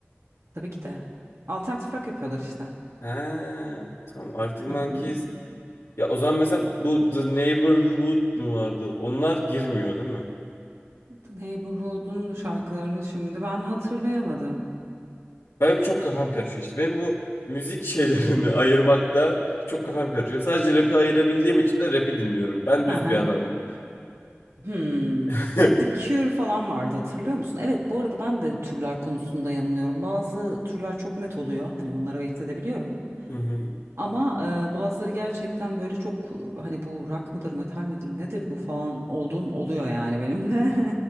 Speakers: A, on the right (about 75°); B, on the left (about 80°).
A: Tabii ki de. Alternatif rock yapıyorlar işte.
B: He, tamam Arctic Monkeys.
A: Hı hı.
B: Ya o zaman mesela bu The Neighborhood mu vardı? Onlar girmiyor değil mi?
A: Neighborhood'un şarkılarını şimdi ben hatırlayamadım.
B: Benim çok kafam karışıyor işte. Benim bu müzik şeylerini <laughs> ayırmakta çok kafam karışıyor. Sadece rap'i ayırabildiğim için de rap'i dinliyorum. Ben düz
A: Hı hı.
B: bir adamım.
A: Hmm.
B: <laughs>
A: Ya The Cure falan vardı hatırlıyor musun? Evet bu arada ben de türler konusunda yanılıyorum. Bazı türler çok net oluyor. Hani onları ayırt edebiliyorum.
B: Hı hı.
A: Ama e, bazıları gerçekten böyle çok e, hani bu rock mıdır metal midir nedir bu falan olduğum oluyor yani benim de.